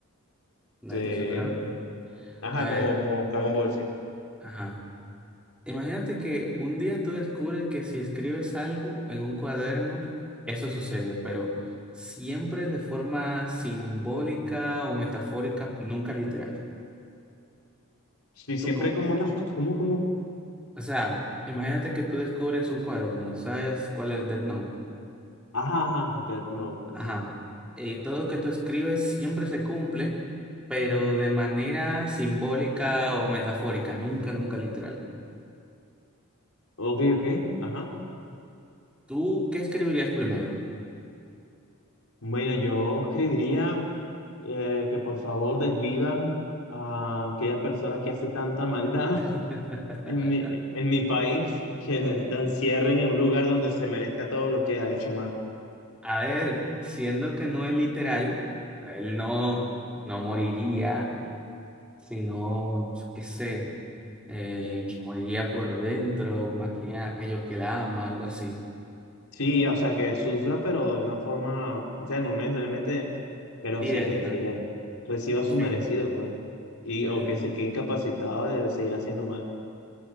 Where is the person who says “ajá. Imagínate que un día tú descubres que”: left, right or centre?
Centre